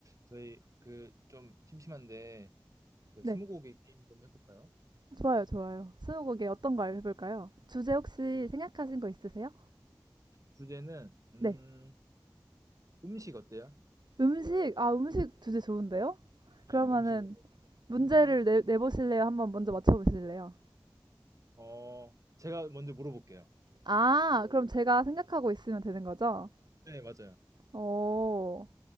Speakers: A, on the right; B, on the right.
A: 저희 그 좀 심심한데 그
B: 네,
A: 스무고개 게임 좀 해볼까요?
B: 좋아요, 좋아요. 스무고개 어떤 거 해볼까요? 주제 혹시 생각하신 거 있으세요?
A: 주제는 음
B: 네,
A: 음식 어때요?
B: 음식, 아, 음식 주제 좋은데요? 그러면은
A: 네, 음식으로.
B: 문제를
A: 네.
B: 내, 내보실래요? 한번 먼저 맞춰보실래요?
A: 어, 제가 먼저 물어볼게요.
B: 아, 그럼 제가 생각하고 있으면 되는 거죠?
A: 네, 맞아요.
B: 오,